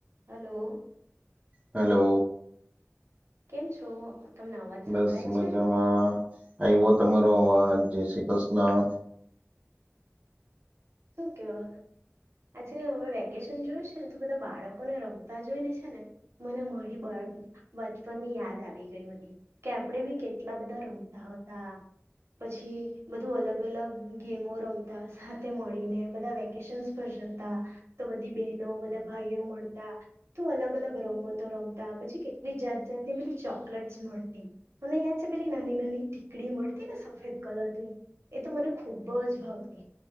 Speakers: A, on the right; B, on the right.
A: હલો.
B: હલો.
A: કેમ છો? તમને અવાજ સંભળાય
B: બસ મજામાં.
A: છે
B: આવો તમારો હ જય શ્રી કૃષ્ણ.
A: શ કેવાલી હવે વેકેશન જોયું છે ને તો બધા બાળકોને રમતા જોઈને છે ને મને મળી બચપનની યાદ આવી ગઈ બધી કે આપણેે બી કેટલા બધા રમતા હતા પછી બધું અલગ અલગ ગેમો રમતા સાથે મળ બધા વેકેશન્સ પર જતા તો બધી બહેનો બધા ભાઈઓ મળતા તો અલગ અલગ રમતો રમતા પછી કેટલી જાત જાતની પેલી ચોકલેટસ મળતી મને યાદ છે પેલી નાની નાની ટીકડી મળતી ને સફેદ કલરની એ તો મને ખૂબ જ ભાવતી.